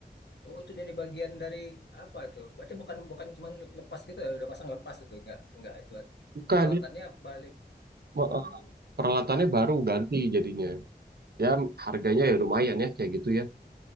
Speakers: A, on the left; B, on the right.
A: Oh, itu jadi bagian dari apa tuh? Berarti bukan bukan cuma lepas gitu ya, udah pasang lepas itu enggak enggak itu
B: Bukan,
A: perawatannya
B: dia,
A: balik.
B: ma-
A: Oh,
B: eh, peralatannya baru ganti jadinya. Ya harganya ya lumayan ya kayak gitu ya.